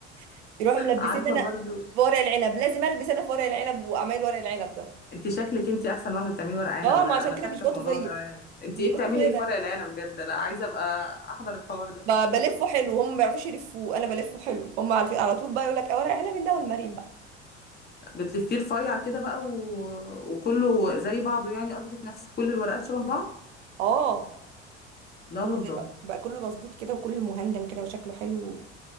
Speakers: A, on the right; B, on the left.
A: <laughs> يروحوا ملبسين
B: عارفه
A: انا
B: برضو
A: في ورق العنب لازم البس انا في ورق العنب وعمايل ورق العنب ده
B: انت شكلك انت احسن واحده بتعملي ورق عنب
A: اه
B: انا
A: ما عشان
B: انا
A: كده
B: شاكه
A: بيشبطوا
B: في موضوع
A: فيا
B: ورق العنب انت
A: بيشبطوا
B: ايه بتعملي
A: فيا
B: ايه
A: ده
B: في ورق العنب بجد انا عايزه ابقى احضر الحوار ده
A: ب- بلفه حلو هم ما بيعرفوش يلفوه انا بلفه حلو فهم عارفين على طول بقى يقول لك اه ورق العنب من ده والمريم بقى
B: بتلفيه رفيع كده بقى و... وكله زي بعضه يعني قصدك نفس كل الورقات شبه بعض
A: اه
B: لا
A: كله
B: والله
A: زي بقى, بقى كله مظبوط كده وكله مهندم كده وشكله حلو